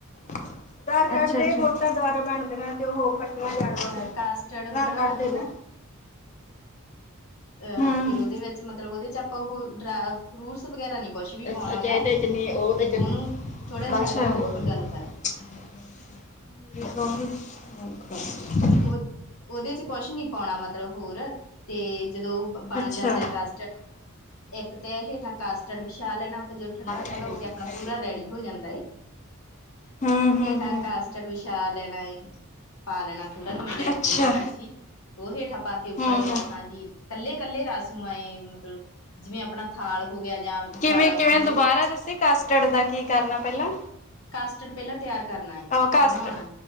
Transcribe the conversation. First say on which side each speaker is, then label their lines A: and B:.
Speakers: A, on the left; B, on the left.
A: ਆਧਾਰ- ਕਾਰਡ ਤੇ ਫੋਟੋ, ਦੁਬਾਰਾ ਬਣ ਦੇਆਂ ਤੇ ਉਹ ਹੋ ਮੈਂ ਜਾ ਲਵਾਂ
B: ਅ
A: ਫਿਰ,
B: ਕਾਸਟਰਡ
A: ਆਧਾਰ
B: ਬਣਾ
A: ਕਾਰਡ ਦੇ-
B: ਕੇ ਨਾ
A: ਦੇ
B: ਅਹ
A: ਹੂੰ
B: ਫੇਰ, ਉਹਦੇ ਵਿੱਚ ਮਤਲਬ ਉਹਦੇ ਚ, ਆਪਾਂ ਉਹ ਫਰੂਟਸ ਵਗੈਰਾ ਨ ਕੁਛ ਵੀ
A: ਅੱਛਾ
B: ਪਾਉਣਾ
A: ਚ ਇਹਦੇ
B: ਗਾ,
A: ਚ ਨਹੀਂ ਉਹਦੇ ਚ
B: ਉਹਨੂੰ ਥੋੜੇ
A: ਬਾਈਕਾਂ
B: ਸਾਈਡ, ਤੇ
A: ਕੋਲ
B: ਹੋ ਕੇ ਗੱਲ ਕਰ।
A: <inaudible> ਹਾਂ। <inaudible>
B: ਉਹ ਉਹਦੇ ਚ, ਕੁਛ ਨੀ ਪਾਉਣਾ ਮਤਲਬ ਹੋਰ ਤੇ ਜਦੋਂ ਬਣ
A: ਅੱਛਾ
B: ਜਾਂਦਾ ਕ, ਇੱਕ ਤੇ ਹੇਠਾਂ, ਕਾਸਟਡ ਵੀਛਾ ਲੈਣਾ ਜਦੋਂ, ਠੰਡਾ-
A: ਆਲੇ
B: ਠੰਡਾ
A: ਐਡੇ
B: ਹੋ
A: ਜੀ
B: ਕੇ ਆਪਣਾ
A: ਐਡੇ
B: ਪੂਰਾ ਰੈਡੀ
A: ਜੀ
B: ਹੋ ਜਾਂਦਾ ਏ,
A: ਹੂੰ ਹੂੰ
B: ਹੇਠਾ
A: ਹੂੰ
B: ਕਸਟਡ ਵਿਛਾ ਲੈਣਾ ਏ, ਪਾ ਲੈਣਾ ਥੋੜਾ ਜ ਮਤਲਬ ਇੱਕ
A: ਅੱਛਾ
B: ਡੇਢ ਕੜਛੀ। ਉਹ ਹੇਠਾਂ ਪਾ ਕੇ, ਉੱਪਰ
A: ਹੂੰ ਹੂੰ
B: ਰਸਾਂ ਦੀ ਇਕੱਲੇ -ਇਕੱਲੇ ਰਸ ਨੂੰ ਆਏ ਮਤਲਬ ਜਿਵੇਂ, ਆਪਣਾ ਥਾਲ ਹੋ ਗਿਆ ਜਾਂ ਜ਼ਿਆਦਾ
A: ਕਿਵੇਂ -ਕਿਵੇਂ
B: ਖੁੱਲੇ
A: ਦੁਬਾਰਾ ਦੱਸੀ ਕਾਸਟਡ ਦਾ ਕੀ- ਕਰਨਾ ਪਹਿਲਾਂ
B: ਕਾਸਟਡ ਪਹਿਲਾਂ, ਤਿਆਰ ਕਰਨਾ,
A: ਉਹ ਕਸਟ
B: ਬਣਾਉਣਾ।